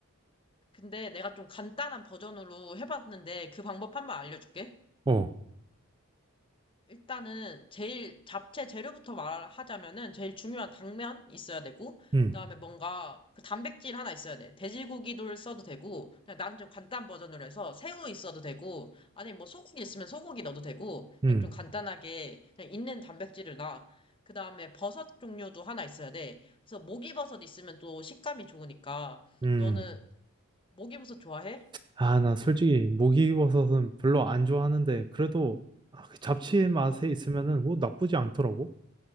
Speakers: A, on the left; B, on the right.
A: 근데 내가 좀 간단한 버전으로 해봤는데 그 방법 한 번 알려줄게.
B: 어,
A: 일단은 제일 잡채 재료부터 말하자면은 제일 중요한 당면 있어야 되고
B: 응,
A: 그다음에 뭔가 그 단백질 하나 있어야 돼. 돼지고기를 써도 되고 그냥 나는 좀 간단 버전으로 해서 새우 있어도 되고 아니면 뭐 소고기 있으면 소고기 넣어도 되고
B: 응,
A: 그냥 좀 간단하게 그냥 있는 단백질을 놔. 그다음에 버섯 종류도 하나 있어야 돼. 그래서 목이버섯 있으면 또 식감이 좋으니까
B: 응
A: 너는 목이버섯 좋아해?
B: 아, 나 솔직히 목이버섯은 별로 안 좋아하는데, 그래도 아, 그 잡채 맛에
A: 어.
B: 있으면은 뭐 나쁘지 않더라고.